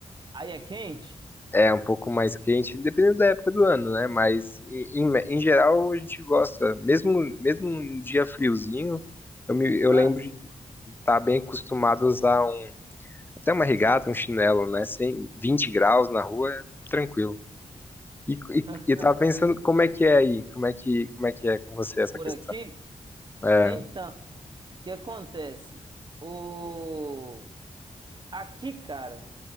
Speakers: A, on the right; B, on the left.
A: Aí é quente?
B: É um pouco mais quente, dependendo da época do ano, né? Mas em, em- em geral a gente gosta, mesmo mesmo um dia friozinho, eu, me, eu
A: Ah,
B: lembro de estar bem acostumado a usar um, até uma regata, um chinelo, né? Sem 20 graus na rua, é tranquilo. E, e,
A: <laughs>
B: e eu tava pensando como é que é aí, como é que, como é que é com você essa
A: por
B: questão.
A: aqui?
B: É.
A: Então, o que acontece? O... Aqui, cara,